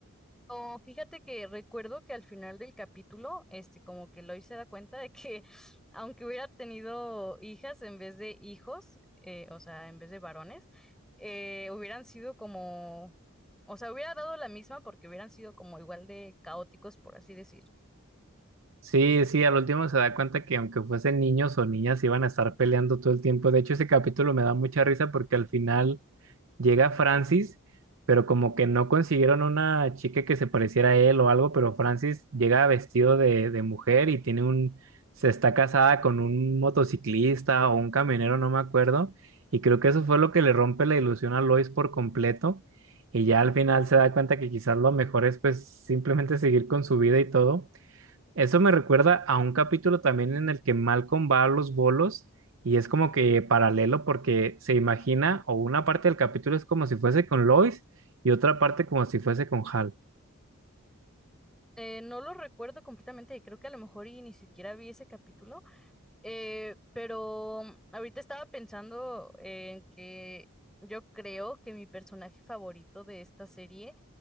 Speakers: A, in the centre; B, on the right.
A: No, fíjate que recuerdo que al final del capítulo, este, como que Lois se da cuenta de que <laughs> aunque hubiera tenido hijas en vez de hijos, eh, o sea, en vez de varones, eh, hubieran sido como, o sea, hubiera dado la misma porque hubieran sido como igual de caóticos, por así decir.
B: Sí, sí, al último se da cuenta que aunque fuesen niños o niñas, iban a estar peleando todo el tiempo. De hecho, ese capítulo me da mucha risa porque al final llega Francis, pero como que no consiguieron una chica que se pareciera a él o algo, pero Francis llega vestido de, de mujer y tiene un, se está casada con un motociclista o un camionero, no me acuerdo, y creo que eso fue lo que le rompe la ilusión a Lois por completo, y ya al final se da cuenta que quizás lo mejor es pues simplemente seguir con su vida y todo eso me recuerda a un capítulo también en el que Malcolm va a los bolos y es como que paralelo porque se imagina o una parte del capítulo es como si fuese con Lois y otra parte como si fuese con Hal.
A: Eh, no lo recuerdo completamente y creo que a lo mejor y ni siquiera vi ese capítulo, eh, pero ahorita estaba pensando en que yo creo que mi personaje favorito de esta serie